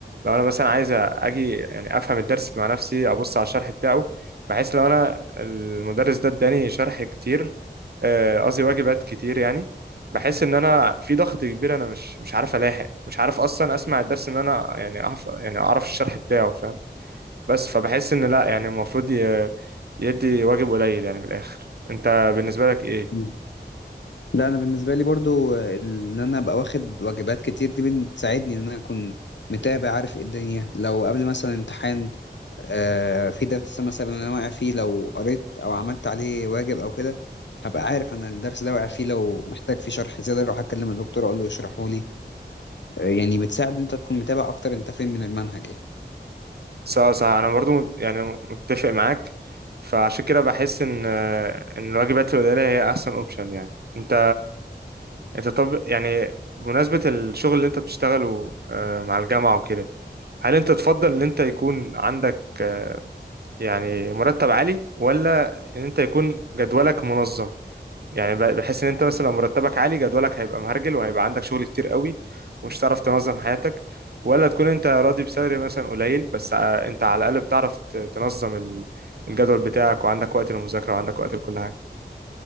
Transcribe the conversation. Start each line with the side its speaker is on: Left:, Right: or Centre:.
Right: لو أنا مثلا عايز أجي يعني أفهم الدرس مع نفسي أبص على الشرح بتاعه بحيث لو أنا المدرس ده اداني شرح كتير آه، قصدي واجبات كتير يعني بحس إن أنا في ضغط كبير أنا مش مش عارف ألاحق مش عارف أصلا أسمع الدرس إن أنا يعني أعرف يعني أعرف الشرح بتاعه فاهم بس فبحس ان لا يعني المفروض ي- يدي واجب قليل يعني من الاخر انت بالنسبه لك ايه
Left: مم. لا انا بالنسبة لي برضو آه، ان انا ابقى واخد واجبات كتير دي بتساعدني ان انا اكون متابع عارف ايه الدنيا لو قبل مثلا امتحان آه، في درس مثلا انا واقع فيه لو قريت او عملت عليه واجب او كده هبقى عارف انا الدرس ده واقع فيه لو محتاج فيه شرح زياده اروح اكلم الدكتور اقول له يشرحه لي آه، يعني بتساعد انت تكون متابع اكتر انت فين من المنهج يعني
Right: صح صح انا برضو مت- يعني متفق معاك فعشان كده بحس ان ان الواجبات القليله هي احسن اوبشن يعني انت انت طب يعني بمناسبه الشغل اللي انت بتشتغله آه، مع الجامعه وكده هل انت تفضل ان انت يكون عندك آه، يعني مرتب عالي ولا ان انت يكون جدولك منظم يعني ب- بحس ان انت مثلا لو مرتبك عالي جدولك هيبقى مهرجل وهيبقى عندك شغل كتير قوي ومش هتعرف تنظم حياتك ولا تكون انت راضي بسالري مثلا قليل بس ع- انت على الاقل بتعرف ت- تنظم ال- الجدول بتاعك وعندك وقت للمذاكرة وعندك وقت لكل حاجة